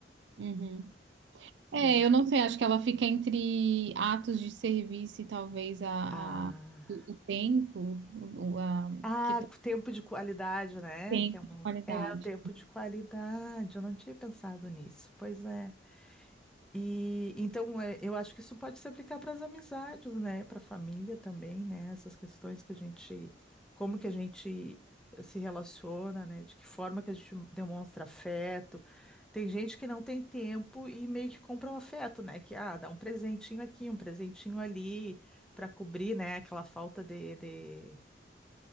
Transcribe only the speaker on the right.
Uhum. É,
eu não sei, acho que ela fica entre atos de serviço e talvez a,
a- o, o tempo, o, o- a,
que tem
tempo
de
qualidade.